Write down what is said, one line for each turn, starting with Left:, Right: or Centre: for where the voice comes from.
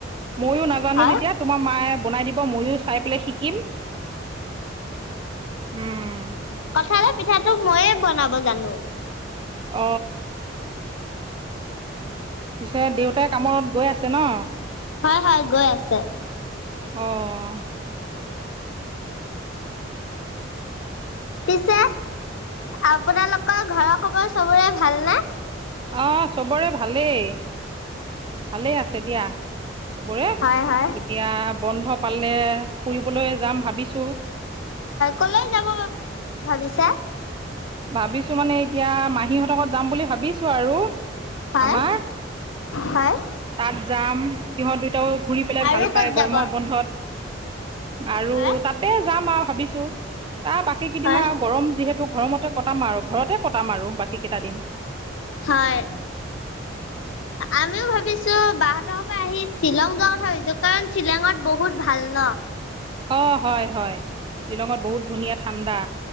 Right: ময়ো না। জানো
Left: হয়
Right: যেতিয়া তোমাৰ মায়ে বনাই দিব ময়ো চাই পেলাই শিকিম। উম,
Left: কঠালৰ পিঠাটো ময়ে বনাব জানো?
Right: অ, পিছে দেউতাই কামত গৈ আছে ন'?
Left: হয় হয়, গৈ আছে।
Right: অঁ।
Left: পিছে আপোনালকৰ ঘৰৰ খবৰ চবৰে ভাল নে?
Right: অঁ' চবৰে ভালেই, ভালেই আছে দিয়া। চবৰে,
Left: হয় হয়
Right: এতিয়া বন্ধ পালে ফুৰিবলৈ যাম ভাবিছোঁ।
Left: কলৈ যাব ভাবিছা?
Right: ভাবিছোঁ মানে এতিয়া মাহীহঁতৰ ঘৰত যাম বুলি ভাবিছোঁ আৰু।
Left: পায়।
Right: আমাৰ
Left: পায়।
Right: তাত যাম সিহঁত দুয়োটাও ঘূৰি পেলাই
Left: আৰু
Right: ভাল পায়
Left: ক'ত
Right: গৰমৰ
Left: যাব?
Right: বন্ধত। <unintelligible> আৰু
Left: হয়
Right: তাতে জাম আও ভাবিছোঁ, তাৰ বাকী কেইদিন
Left: হয়
Right: আও গৰম যিহেতু গৰমতে- কটাম আৰু ঘৰতে কটাম আৰু বাকী কেইটা দিন।
Left: হয় আমিও ভাবিছোঁ বাহঁতৰ ঘৰৰ পৰা আহি শ্বিলং যোৱাৰ কথা ভাবিছোঁ কাৰণ শ্বিলঙত বহুত ভাল ন।
Right: অঁ' হয় হয়, শ্বিলঙত বহুত ধুনীয়া ঠাণ্ডা।